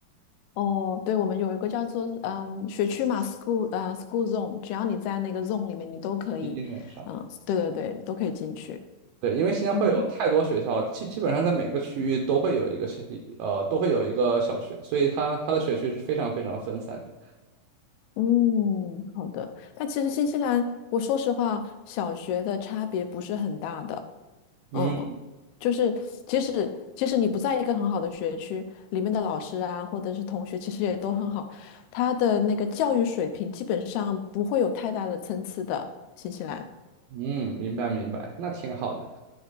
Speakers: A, on the left (about 90°); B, on the right (about 75°).
A: 哦，对，我们有一个叫做嗯学区嘛，school 啊 school zone，只要你在那个 zone 里面，你都可以，
B: 一定能上。
A: 嗯，对对对，都可以进去。
B: 对，因为新加坡有太多学校了，
A: 嗯
B: 基基本上在每个区域都会有一个小，呃，都会有一个小学，所以它它的学区是非常非常分散的。
A: 嗯，好的。但其实新西兰，我说实话，小学的差别不是很大的。
B: 嗯
A: 嗯，就是即使即使你不在一个很好的学区，里面的老师啊，或者是同学，其实也都很好，他的那个教育水平基本上不会有太大的参差的。新西兰，
B: 嗯，明白明白，那挺好的。